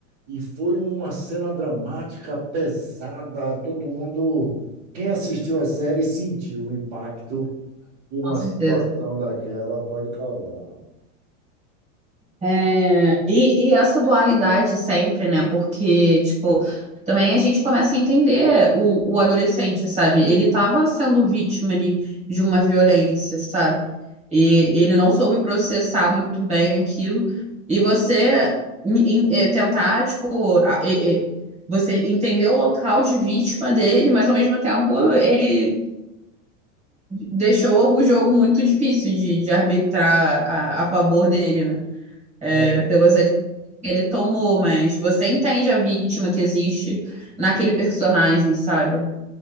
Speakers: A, on the right (about 55°); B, on the right (about 20°).
A: E foi uma cena dramática, pesada. Todo mundo, quem assistiu a série, sentiu o impacto que uma
B: com certeza.
A: situação daquela pode causar.
B: É, e, e essa dualidade sempre, né? Porque, tipo, também a gente começa a entender o, o adolescente, sabe? Ele estava sendo vítima ali de uma violência, sabe? E ele não soube processar muito bem aquilo. E você em- em- eh, tentar, tipo, a- eh, eh, você entender o local de vítima dele, mas ao mesmo tempo ele deixou o jogo muito difícil de, de arbitrar a, a favor dele, né? Eh,
A: É,
B: pelas atitudes que ele tomou, mas você entende a vítima que existe naquele personagem, sabe?